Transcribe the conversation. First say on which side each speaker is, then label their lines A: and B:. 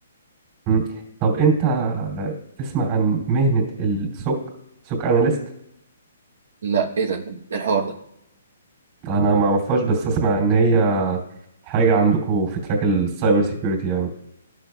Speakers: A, on the right; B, on the right.
A: مم. طب انت تسمع عن مهنة السوك سوك اناليست
B: لا ايه ده إيه الحوار ده
A: انا ما اعرفهاش بس اسمع ان هي حاجة عندكم في تراك السايبر سيكيورتي يعني